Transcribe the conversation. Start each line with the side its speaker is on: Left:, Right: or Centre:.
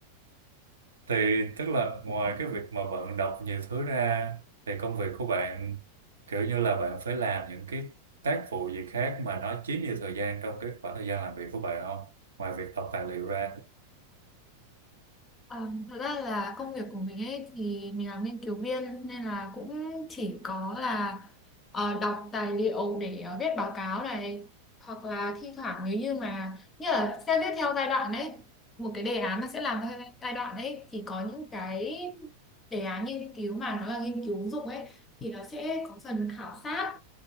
Right: Thì tức là ngoài cái việc mà bạn đọc nhiều thứ ra thì công việc của bạn kiểu như là bạn phải làm những cái tác vụ gì khác mà nó chiếm nhiều thời gian trong cái khoảng thời gian làm việc của bạn không? Ngoài việc đọc tài liệu ra.
Left: Ờ, thật ra là công việc của mình ấy thì mình là nghiên cứu viên nên là cũng chỉ có là ờ, đọc tài liệu để ờ, viết báo cáo này hoặc là thi thoảng nếu như mà như là sẽ viết theo giai đoạn đấy một cái đề án nó sẽ làm theo giai đoạn đấy thì có những cái đề án nghiên cứu mà nó là nghiên cứu ứng dụng ấy thì nó sẽ có phần khảo sát